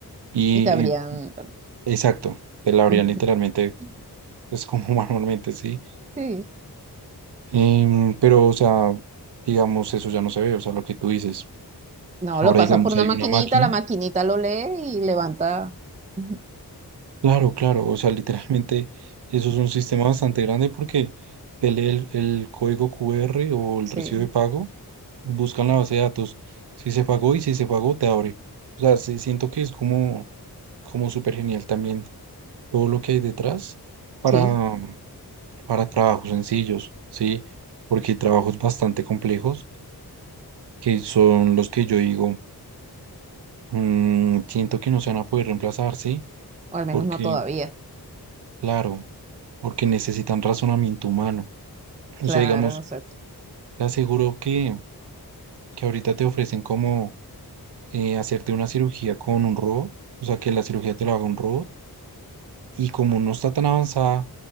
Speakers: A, on the right; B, on the right.
A: y,
B: y te habrían
A: y-
B: también.
A: exacto, te la abrían
B: <laughs>
A: literalmente,
B: Ujú,
A: pues como <laughs> manualmente, sí.
B: Sí,
A: Em, pero, o sea, digamos, eso ya no se ve, o sea, lo que tú dices.
B: no,
A: Ahora,
B: lo pasas
A: digamos,
B: por una
A: hay
B: maquinita,
A: una máquina
B: la maquinita lo lee y levanta. Ujú,
A: Claro, claro, o sea, literalmente eso es un sistema bastante grande porque te lee el, el código Q R o el
B: Sí,
A: recibo de pago, buscan la base de datos, si se pagó y si se pagó te abre. O sea, sí, siento que es como, como súper genial también todo lo que hay detrás para,
B: sí,
A: para trabajos sencillos, ¿sí? Porque hay trabajos bastante complejos que son los que yo digo, "Mm, siento que no se van a poder reemplazar, ¿sí?
B: o al menos
A: Porque,
B: no todavía.
A: claro, porque necesitan razonamiento humano O
B: Claro,
A: sea, digamos,
B: exacto.
A: te aseguro que, que ahorita te ofrecen como eh, hacerte una cirugía con un robot, o sea, que la cirugía te lo haga un robot, y como no está tan avanzada,